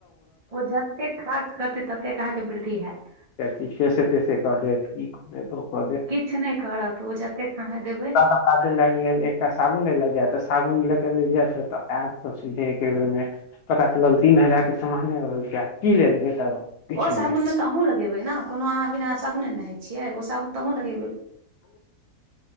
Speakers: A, on the right; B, on the left.
A: ओ जतेक खर्च करतै ततेक अहाँ के वृद्धि हैत
B: किया कि केसे तैसे कह देत की किअ देत ओ कह दे
A: किछु नहि करत ओ जतेक अहाँ देबै
B: बाद लागि गेल एकटा साबुन ले ले जाय तऽ साबुन कल्ले जानिब तऽ ओत पता चलल तीन हजार के समाने हमर तऽ <unintelligible>
A: ओ
B: नहि
A: साबुन में तऽ अहूँ लगेबै ने कोनो अहाँ बिना साबुने नहाइत छियै ओ साबुन तऽ अहूँ लगेबै